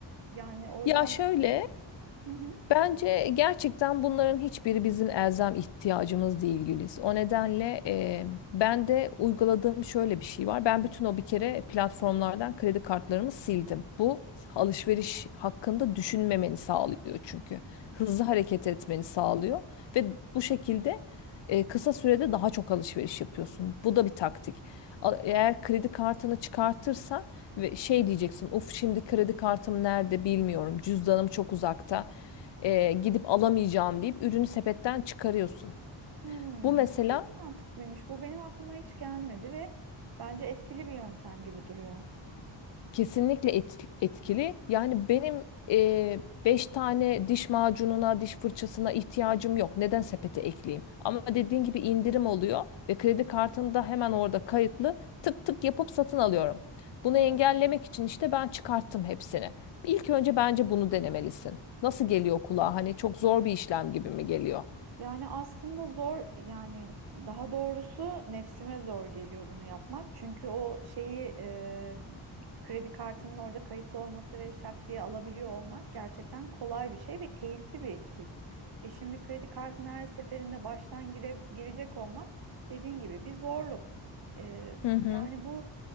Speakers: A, on the right; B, on the left.
A: Yani oradan
B: Ya şöyle
A: hı hı,
B: Bence gerçekten bunların hiçbiri bizim elzem ihtiyacımız değil Güliz. O nedenle e, ben de uyguladığım şöyle bir şey var. Ben bütün o bir kere platformlardan kredi kartlarımı sildim. Bu alışveriş hakkında düşünmemeni sağlıyor çünkü. Hızlı hareket etmeni sağlıyor ve bu şekilde e, kısa sürede daha çok alışveriş yapıyorsun. Bu da bir taktik. A- Eğer kredi kartını çıkartırsan ve şey diyeceksin, "Uf şimdi kredi kartım nerede bilmiyorum. Cüzdanım çok uzakta." e, gidip alamayacağım deyip ürünü sepetten çıkarıyorsun.
A: hmm,
B: Bu mesela
A: bu çok mantıklıymış. Bu benim aklıma hiç gelmedi ve bence etkili bir yöntem gibi duruyor.
B: kesinlikle et- etkili. Yani benim e, beş tane diş macununa, diş fırçasına ihtiyacım yok. Neden sepete ekleyeyim? Ama dediğin gibi indirim oluyor ve kredi kartım da hemen orada kayıtlı. Tık tık yapıp satın alıyorum. Bunu
A: Evet.
B: engellemek için işte ben çıkarttım hepsini. İlk önce bence bunu denemelisin. Nasıl geliyor kulağa? Hani çok zor bir işlem gibi mi geliyor?
A: Yani aslında zor yani daha doğrusu nefsime zor geliyor bunu yapmak. Çünkü o şeyi e, kredi kartının orada kayıtlı olması ve şak diye alabiliyor olmak gerçekten kolay bir şey ve keyifli bir his. E şimdi kredi kartına her seferinde baştan gire- girecek olmak dediğin gibi bir zorluk. E,
B: Hı hı.
A: yani bu